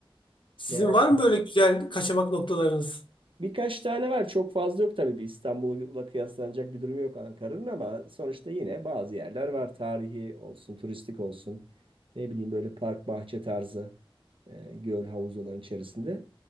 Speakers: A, on the left; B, on the right.
A: Sizin
B: Yani
A: var mı böyle güzel kaçamak noktalarınız?
B: birkaç tane var çok fazla yok tabii bir İstanbul'la kıyaslanacak bir durum yok Ankara'nın ama sonuçta yine bazı yerler var. Tarihi olsun turistik olsun ne bileyim böyle park bahçe tarzı eee, göl havuz olan içerisinde.